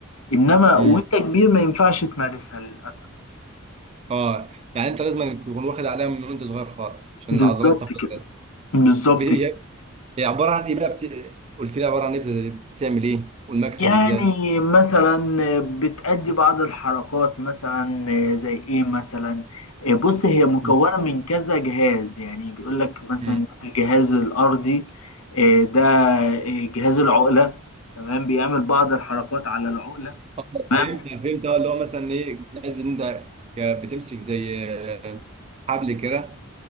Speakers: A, on the left (about 80°); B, on the right (about 30°).
A: إنما
B: مم.
A: وانت كبير ما ينفعش تمارسها للأسف
B: اه يعني انت لازم تكون واخد عليها من وانت صغير خالص عشان
A: بالظبط
B: العضلات تاخد
A: كده بالظبط
B: بالها.
A: كده
B: هي عباره عن ايه بقى بت... قلت لي عباره عن ايه بت- بتعمل ايه والمكسب
A: يعني
B: ازاي
A: مثلا بتأدي بعض الحركات مثلا زي ايه مثلا بص هي مكونة
B: مم.
A: من كذا جهاز يعني بيقول لك مثلا
B: مم.
A: الجهاز الأرضي آه، ده آه، جهاز العقلة تمام بيعمل بعض الحركات على العقلة
B: اه
A: تمام
B: فهمت فهمت اه اللي هو مثلا ايه الجهاز اللي انت ك- بتمسك زي آه، حبل كده